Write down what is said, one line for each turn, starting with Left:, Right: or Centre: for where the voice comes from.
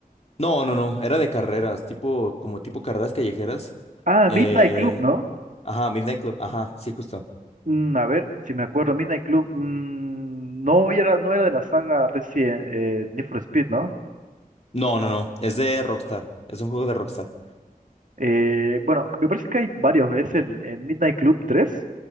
Left: No, no, no, era de carreras, tipo, como tipo carreras callejeras.
Right: Ah,
Left: Eh,
Right: Midnight Club, ¿no?
Left: ajá, Midnight Club, ajá, sí, justo.
Right: Mm, a ver, si me acuerdo, Midnight Club, mm, no era, no era de la saga Resident, eh, Need for Speed, ¿no?
Left: No, no, no, es de Rockstar, es un juego de Rockstar.
Right: Eh, bueno, me parece que hay varios, ¿es el, el Midnight Club 3